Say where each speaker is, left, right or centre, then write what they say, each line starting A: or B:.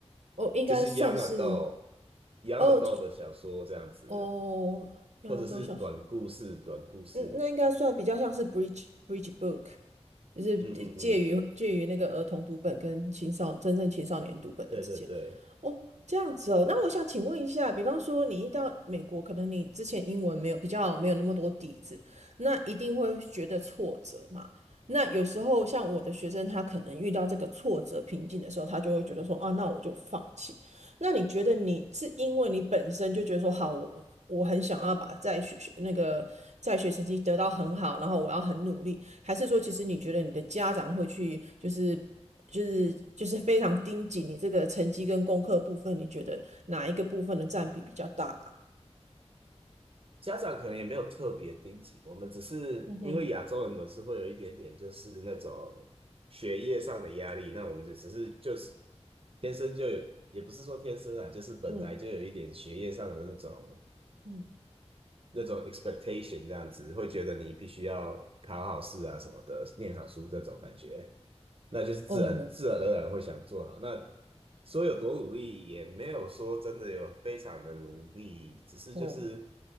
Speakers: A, on the right (about 85°); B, on the right (about 55°).
A: 哦，应该算是，
B: 就是 young adult young
A: 哦，
B: adult
A: 这
B: 的小说这样子，
A: 哦，原来都想。
B: 或者是短故事，短故事。
A: 嗯，那应该算比较像是 bridge bridge book，就是介于介于那个儿童读本跟青少真正青少年读本的之间。
B: 嗯嗯嗯，对对对，
A: 哦，这样子哦。那我想请问一下，比方说你一到美国，可能你之前英文没有比较没有那么多底子，那一定会觉得挫折嘛？那有时候像我的学生，他可能遇到这个挫折瓶颈的时候，他就会觉得说啊，那我就放弃。那你觉得你是因为你本身就觉得说好，我我我很想要把在学学那个在学成绩得到很好，然后我要很努力，还是说其实你觉得你的家长会去就是就是就是非常盯紧你这个成绩跟功课部分，你觉得哪一个部分的占比比较大啊
B: 家长可能也没有特别盯紧，我们只是因为亚洲人总是会有一点点就是那种学业上的压力，
A: 嗯哼，
B: 那我们就只是就是天生就有，也不是说天生啊，就是本来就有一点学业上的那种。
A: 嗯嗯
B: 那种 expectation 这样子，会觉得你必须要考好试啊什么的，念好书这种感觉，那就是自然自然而然会想做好。
A: 哦，
B: 那说有多努力，也没有说真的有非常的努力，只是就是
A: 哦，